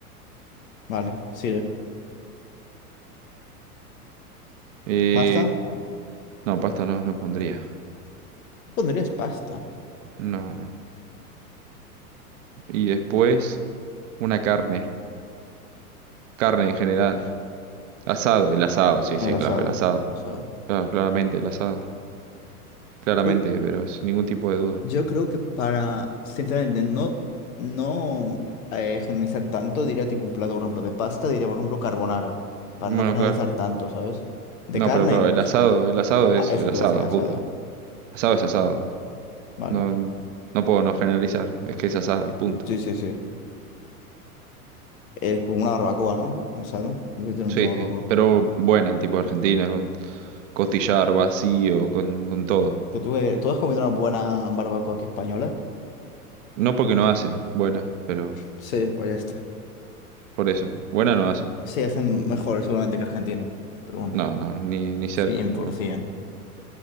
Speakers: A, on the left; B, on the right.
A: vale, sigue.
B: Eh,
A: ¿Pasta?
B: no, pasta no, no pondría.
A: ¿Pondrías pasta?
B: No, no. Y después, una carne. Carne en general. Asado, el asado, sí,
A: El
B: sí,
A: asado,
B: claro, el asado.
A: el asado.
B: Claro, claramente el asado. Claramente,
A: Yo,
B: pero sin ningún tipo de duda.
A: Yo creo que para, sinceramente, no, no eh, generalizar tanto, diría tipo un plato, por ejemplo, de pasta, diría, por ejemplo, carbonara, para
B: Bueno,
A: no generalizar
B: claro.
A: tanto, ¿sabes? De
B: No,
A: carne,
B: pero claro, el
A: pues,
B: asado, el asado
A: ah,
B: es
A: eso
B: el asado,
A: te voy a decir, asado,
B: punto. Asado es asado.
A: vale.
B: No, no puedo no generalizar, es que es asado y punto.
A: Sí, sí, sí. Es como una barbacoa, ¿no? Asado, literalmente
B: Sí,
A: una
B: sí,
A: barbacoa.
B: pero buena, tipo Argentina, con costillar vacío, con, con todo.
A: Pero tú, qué- ¿tú has comido una buena barbacoa aquí española?
B: No porque no hacen, buena, pero
A: Sí, pues ya está.
B: por eso, buena no hacen.
A: Sí, hacen mejor seguramente que Argentina, pero bueno,
B: No, no, ni, ni cerca,
A: 100%.
B: pero bueno.